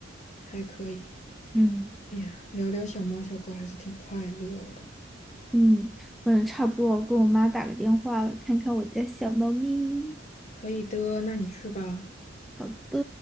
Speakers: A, on the left; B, in the centre.
A: 还可以。
B: 嗯
A: 哎呀，聊聊小猫小狗还是挺快乐的。
B: 嗯，我也差不多，我跟我妈打个电话了，看看我家小猫咪。
A: 可以的，那你去吧。
B: 好的。